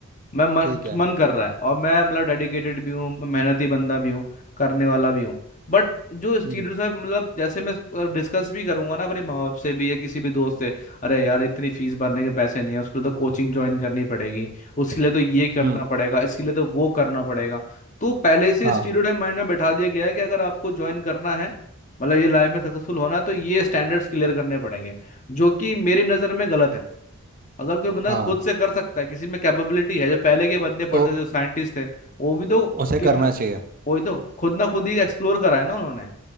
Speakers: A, on the left; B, on the right.
A: मैं मन
B: ठीक है
A: मन कर रहा है और मैं मतलब डेडिकेटेड भी हूँ मेहनती बंदा भी हूँ करने वाला भी हूँ बट जो स्टीरियो
B: हम्म
A: है मतलब जैसे मैं डिस्कस भी करूंगा ना अपने माँ बाप से भी या किसी भी दोस्त से अरे यार इतनी फीस भरने के पैसे नहीं है उसके लिए तो कोचिंग ज्वाइन करनी पड़ेगी उसके लिए तो ये करना
B: हम्म
A: पड़ेगा इसके लिए तो वो करना पड़ेगा तो पहले से
B: हाँ
A: स्टीरियो माइंड में बैठा दिया गया है कि अगर आपको ज्वाइन करना है मतलब ये लाइफ में सक्सेसफुल होना है तो ये स्टैंडर्ड्स क्लियर करने पड़ेंगे जो कि मेरी नज़र में गलत है अगर कोई बंदा
B: हाँ
A: खुद से कर सकता है किसी में कैपेबिलिटी है जो पहले के बंदे पढ़ते
B: तो
A: थे जो साइंटिस्ट थे वो भी तो
B: उसे
A: कितना
B: करना चाहिए
A: वही तो खुद ना खुद ही एक्सप्लोर करा है ना उन्होंने